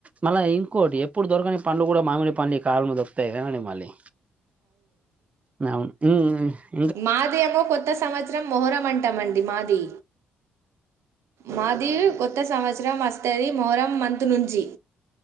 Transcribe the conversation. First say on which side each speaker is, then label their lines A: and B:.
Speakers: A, on the right (about 30°); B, on the right (about 70°).
A: మళ్ళా ఇంకోటి ఎప్పుడు దొరకని పండ్లు గూడ మామిడి పండ్లు ఈ కాలంలో దొరుకుతాయి ఏమండిమ్ మళ్ళీ నవుఉం
B: మాది ఏమో కొత్త సంవత్సరం మొహరం మొహరం అంటామండి మాది మాది కొత్త సంవత్సరం వస్తది మొహరం మంత్ నుంచి